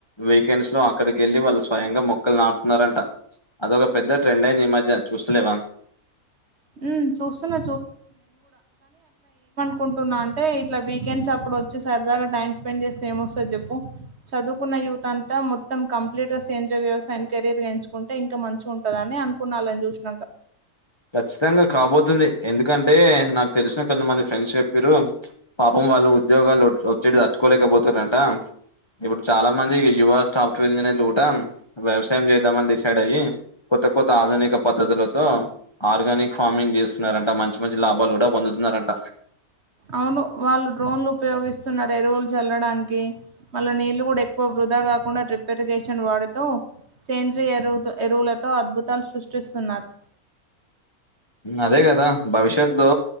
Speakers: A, on the left; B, on the right.
A: వీకెండ్స్ లో అక్కడికి వెళ్ళి వాళ్ళుస్ స్వయంగా మొక్కలు నాటుతున్నారంట అదొక పెద్ద ట్రెండ్ అయింది ఈ మధ్యన చూస్తలేవా
B: హ్మ్. చూస్తున్నా, కుంటున్నా అంటే ఇట్లా వీకెండ్స్ అప్పుడు వచ్చి సరదాగా టైం స్పెండ్ చేస్తే ఏమోస్తది చెప్పు చదువుకున్న యూత్ అంతా మొత్తం కంప్లీట్ గా సేంద్ర వ్యవసాయని కెరీర్ గా ఎంచుకుంటే ఇంకా మంచిగా ఉంటదని ఏ అనుకున్నా ఆలని చూసినంక
A: ఖచ్చితంగా కాబోతుంది ఎందుకంటే నాకు తెలిసిన కొంతమంది ఫ్రెండ్స్ చెప్పిరు పాపం వాళ్ళు ఉద్యోగాలు ఒత్ ఒత్తిడి తట్టుకోలేకపోతురంట ఇప్పుడు చాలా మంది యువ స్టాఫ్ట్వేర్ ఇంజనీర్ లు కూడా వ్యవసాయం చేద్దాం అని డిసైడ్ అయ్యి కొత్త కొత్త ఆధునిక పద్ధతులతో ఆర్గానిక్ ఫార్మింగ్ చేస్తున్నారంట మంచి మంచి లాభాలు కూడా పొందుతున్నారంట
B: అవును. వాళ్ళు డ్రోన్లు ఉపయోగిస్తున్నారు ఎరువులు చల్లడానికి మళ్ళీ నీళ్లు కూడా ఎక్కువ వృధా కాకుండా ట్రిపెరిగేషన్ వాడుతూ సేంద్రియ ఎరువు ఎరువులతో అద్భుతాలు సృష్టిస్తున్నారు
A: అదే కదా భవిష్యత్ లో